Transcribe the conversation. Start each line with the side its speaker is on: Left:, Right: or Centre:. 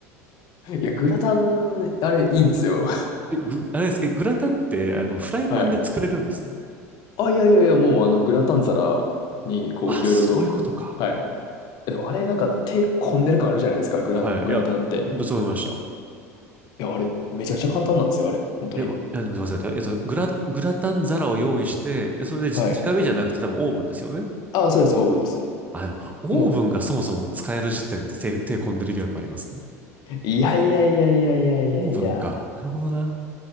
Left: いや、グラタン、あれ、いいんですよ。
Right: え、ぐ、あれです、え、グラタンって、あの、フライパンで作れるんですね。
Left: はい。あ、いやいやいや、もう、あの、グラタン皿に、こう、いろいろと、
Right: あ、そういうことか。
Left: はい。えでも、あれ、なんか、手込んでる感あるじゃないですか、グラ、
Right: はい。
Left: グラタンって。
Right: いや、ほんとそう思いました。
Left: いや、あれ、めちゃくちゃ簡単なんですよ、あれ。本当に。
Right: え、まえすみません。えっと、グラ、グラタン皿を用意して、で、それでじ直火じゃなくて多分オーブンですよね。
Left: はい。ああ、そうです、オーブンです。
Right: あ、でも、オーブンがそもそも使える時点で手、
Left: もう、
Right: 手込んでる疑惑ありますね。
Left: いやいやいやいやいやいやいや。
Right: オーブンか。なるほどな。